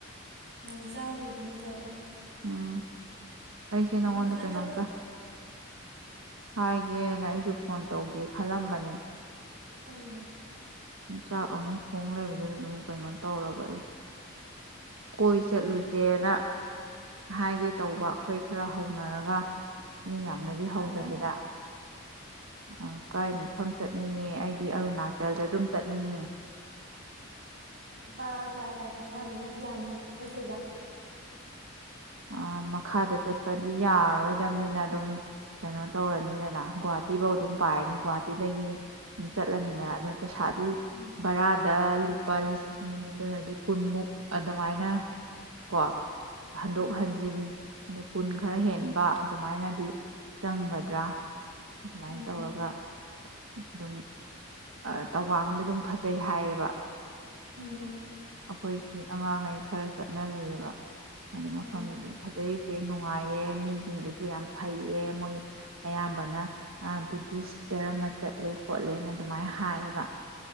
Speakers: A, on the right; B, on the right.
A: ꯌꯥꯝ ꯆꯥꯕꯕꯨꯗꯤ ꯅꯠꯇꯕ
B: ꯎꯝ ꯑꯩꯁꯦ
A: ꯎꯝ
B: ꯅꯪꯉꯣꯟꯗ
A: ꯈꯤꯇꯪ
B: ꯀꯩꯅꯣꯝꯇ
A: ꯆꯞ
B: ꯍꯥꯏꯒꯦꯅ ꯑꯩꯁꯨ ꯐꯣꯟ ꯇꯧꯒꯦ ꯈꯜꯂꯝꯕꯅꯦ
A: ꯀꯔꯤꯅꯣ
B: ꯆꯥꯛ ꯑꯃꯨꯛ ꯊꯣꯡ ꯂꯩꯕꯗꯨꯅ ꯑꯗꯨꯝ ꯀꯩꯅꯣ ꯇꯧꯔꯕ ꯑꯩꯁꯦ ꯀꯣꯏ
A: ꯎꯝ
B: ꯆꯠꯂꯨꯁꯦꯅ ꯍꯥꯏꯒꯦ ꯇꯧꯕ ꯑꯩꯈꯣꯏ ꯈꯔ ꯍꯧꯅꯔꯒ ꯃꯤ ꯌꯥꯝꯅꯗꯤ
A: ꯀꯥꯏꯗ
B: ꯍꯧꯗꯕꯤꯗ ꯑ ꯀꯥꯏ ꯃꯐꯝ ꯆꯠꯅꯤꯡꯉꯦ ꯑꯩꯗꯤ ꯑꯔꯨꯅꯥꯆꯜꯗꯗꯨꯝ ꯆꯠꯅꯤꯡꯉꯦ
A: ꯕ ꯀꯌꯥ ꯀꯌꯥ ꯈꯥꯏꯅꯕ ꯃꯤ ꯀꯌꯥꯃꯨꯛ ꯔꯠꯇꯕ
B: ꯑ ꯃꯈꯥꯗ ꯆꯠꯄꯗꯤ ꯌꯥꯔꯔꯣꯏꯗꯝꯅꯤꯅ ꯑꯗꯨꯝ ꯀꯩꯅꯣ ꯇꯧꯔꯅꯤꯗꯅ ꯒꯨꯍꯥꯇꯤꯕꯧ ꯑꯗꯨꯝ ꯄꯥꯏꯔꯅꯤ ꯒꯨꯍꯥꯇꯤꯗꯒꯤ ꯑꯗꯨꯝ ꯆꯠꯂꯅꯤꯗꯅ ꯑꯗꯨ ꯄꯩꯁꯥꯗꯤ
A: ꯎꯝ
B: ꯕꯔꯥ ꯗ ꯂꯨꯄꯥ ꯂꯤꯁꯤꯡ ꯑꯗꯨꯅꯗꯤ ꯀꯨꯟꯃꯨꯛ ꯑꯗꯨꯃꯥꯏꯅ ꯀꯣ ꯍꯟꯗꯣꯛ
A: ꯎꯝ
B: ꯍꯟꯖꯤꯟ ꯑ ꯀꯨꯟ ꯈꯔ ꯍꯦꯟꯕ ꯑꯗꯨꯃꯥꯏꯅꯗꯤ ꯆꯪꯒꯗ꯭ꯔꯥ ꯑꯗꯨꯃꯥꯏꯅ
A: ꯎꯝ
B: ꯇꯧꯔꯒ ꯑꯗꯨꯝ ꯑ ꯇꯋꯥꯡꯗ ꯗꯨꯝ ꯐꯖꯩ ꯍꯥꯏꯌꯦꯕ
A: ꯍꯝ
B: ꯑꯩꯈꯣꯏꯁꯤ ꯑꯉꯥꯡꯉꯩ ꯈꯔ ꯆꯠꯅꯔꯨꯏꯌꯦꯕ ꯑꯗꯨ
A: ꯎꯝ
B: ꯃꯐꯝꯗꯨ ꯑꯗꯨꯝ ꯐꯖꯩ ꯆꯦ ꯅꯨꯡꯉꯥꯏꯌꯦ ꯃꯤꯁꯤꯡꯗꯨꯁꯨ ꯌꯥꯝ ꯐꯩꯌꯦ ꯃꯣꯏ ꯑꯌꯥꯝꯕꯅ ꯕꯨꯙꯤꯁ ꯗꯔꯃ ꯆꯠꯂꯦ ꯈꯣꯠꯂꯦꯅ ꯑꯗꯨꯃꯥꯏ ꯍꯥꯏꯌꯦꯕ